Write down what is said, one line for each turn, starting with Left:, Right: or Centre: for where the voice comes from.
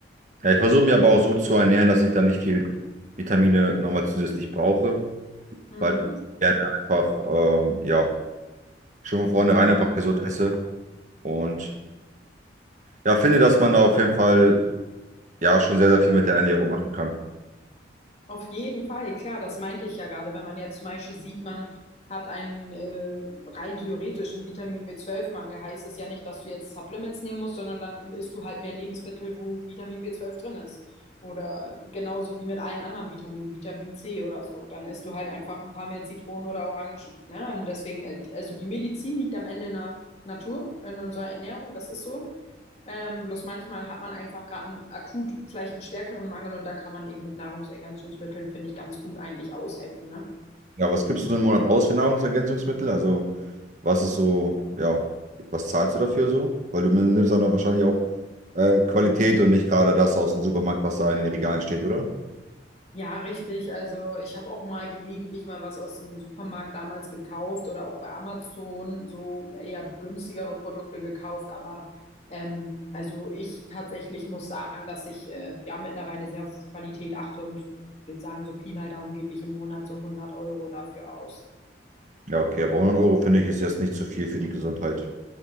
Right: Ja, ich versuche mir aber auch so zu ernähren, dass ich da nicht viel Vitamine nochmal zusätzlich brauche,
Left: Mhm.
Right: weil ich gerne einfach, ähm, ja, schon von vornherein einfach gesund esse und ja, finde, dass man da auf jeden Fall ja schon sehr, sehr viel mit der Ernährung machen kann.
Left: Auf jeden Fall, klar, das meinte ich ja gerade. Wenn man jetzt zum Beispiel sieht, man hat einen äh, rein theoretischen Vitamin B12-Mangel, heißt es ja nicht, dass du jetzt Supplements nehmen musst, sondern dann isst du halt mehr Lebensmittel, wo Vitamin B12 drin ist. Oder genauso wie mit allen anderen Vitaminen, Vitamin C oder so. Dann isst du halt einfach ein paar mehr Zitronen oder Orangen. Ne? Und deswegen, äh, die- also die Medizin liegt am Ende in der Natur, in unserer Ernährung, das ist so. Ähm, bloß manchmal hat man einfach gerade akut vielleicht einen stärkeren Mangel und da kann man eben mit Nahrungsergänzungsmitteln, finde ich, ganz gut eigentlich aushelfen, ne?
Right: Ja, was gibst du so einen Monat aus für Nahrungsergänzungsmittel? Also, was ist so, ja, was zahlst du dafür so? Weil du nimmst dann doch wahrscheinlich auch äh, Qualität und nicht gerade das aus dem Supermarkt, was da in den Regalen steht, oder?
Left: Ja, richtig. Also ich habe auch mal gelegentlich mal was aus dem Supermarkt damals gekauft oder auch bei Amazon so eher günstigere Produkte gekauft. Aber ähm, also ich tatsächlich muss sagen, dass ich äh, ja mittlerweile sehr auf Qualität achte und ich würde sagen, so Pi mal Daumen gebe ich im Monat so 100 Euro dafür aus.
Right: Ja, okay, aber 100 Euro finde ich ist jetzt nicht zu viel für die Gesundheit.